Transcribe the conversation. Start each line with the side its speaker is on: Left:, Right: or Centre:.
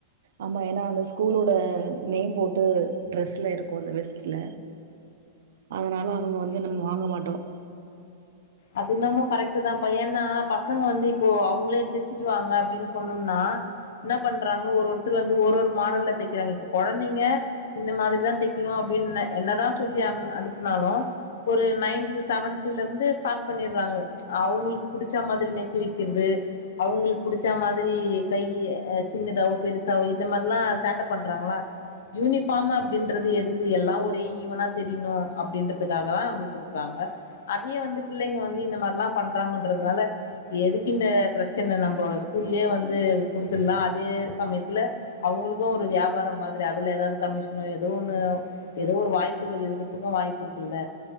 Right: ஆமா ஏன்னா அந்த ஸ்கூலோட நேம் போட்டு ட்ரெஸ்ல இருக்கும் அந்த வெஸ்ட்ல அதனால அவங்க வந்து நம்ம வாங்க மாட் அடம்
Left: அது என்னமோ கரெக்ட் தான்ப்பா ஏன்னா பசங்க வந்து இப்போ அவங்களே தைச்சுட்டு வாங்க அப்படின்னு சொன்னோம்னா என்ன பண்றாங்க ஒரு ஒருத்தர் வந்து ஒரு ஒரு மாடல்ல தைக்கிறாங்க இப்ப குழந்தைங்க இந்த மாதிரிதான் தைக்கணும் அப்படின்னு என்னதான் சொல்லி அ அனுப்புனாலும் ஒரு நைன்து செவன்தல இருந்து ஸ்டார் பண்ணீர்றாங்க அவங்களுக்கு புடிச்சா மாதிரி நெக் வைக்கிறது அவங்களுக்கு புடிச்சா மாதிரி கை சின்னதாவோ பெருசாவோ இந்த மாதிரிலாம் சேட்டை பண்றாங்களா யூனிபார் அப்படின்றது எதுக்கு எல்லாம் ஒரே ஈவனா தெரியணும் அப்படின்றதுக்காக தான் அவங்களுக்குடுக்குறாங்க அதே வந்து பிள்ளைங்க வந்து இந்த மாதிரிலாம் பண்றாங்கன்றதுனால எதுக்கு இந்த பிரச்சனை நம்ம ஸ்கூல்லயே வந்து குடுத்துடலாம் அதே சமயத்துல அவங்களுக்கு ஒரு வியாபாரம் மாதிரி அதுல ஏதாவது கமிஷனோ ஏதோ ஒண்ணு ஏதோ ஒரு வாய்ப்புகள் இருக்கிறதுக்கு வாய்ப்பு இருக்குல்ல